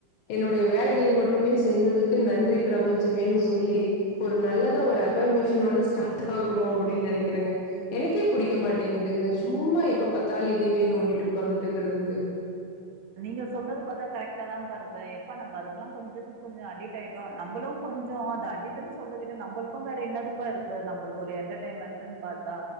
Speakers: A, on the left; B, on the right.
A: என்னுடைய வேலைகளை மட்டுமே செஞ்சதுக்கு நன்றி பிரபஞ்சமேனு சொல்லி ஒரு நல்லதா ஒரு ஆஃபர்மேஷன் ஓட ஸ்டார்ட் ஆகணும் அப்டின் நெனைக்கிறங்க எனக்கே புடிக்க மாட்டேங்குது சும்மா எப்பபாத் தாளி இதயவே நோண்டிட்டு உக்காந்துட்டுருக்குறதுக்கு
B: நீங்க சொல்றது பாத்தா கரெக்ட்டா தாப்பா இருக்கு எப்ப நம்ம அதுக்கெல்லா கொஞ்சத்துக்கு கொஞ்ச அடிட் ஆயிட்டோம் நம்பளும் கொஞ்சோ அது அடிக்ட்ன்னு சொல்றது விட நம்பளுக்கும் வேற என்னதுப்பா இருக்கு நம்பளுக்கு ஒரு என்டர்டெின்மெண்டுன்னு பாத்தா